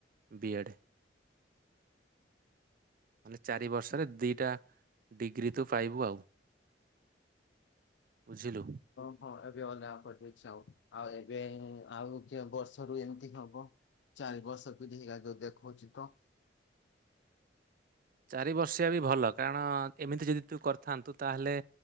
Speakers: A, on the right (about 50°); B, on the left (about 70°).
A: ବି ଏଡ଼୍। ମାନେ ଚାରି ବର୍ଷରେ ଦୁଇଟା ଡିଗ୍ରୀ ତୁ ପାଇବୁ ଆଉ। ବୁଝିଲୁ।
B: ହଁ ଏବେ ଅଲଗା କରିଦେଇଛି ଆଉ ଆଉ ଏବେ ଆଉ ବର୍ଷରୁ ଏମିତି ହବ ଚାରି ବର୍ଷ ପିଧି ହେଇଗ ଯୋଉ ଦେଖଉଛିତ।
A: ଚାରି ବର୍ଷିଆବି ଭଲ କାରଣ ଏମିତି ଯଦି ତୁ କରିଥାନ୍ତୁ ତାହେଲେ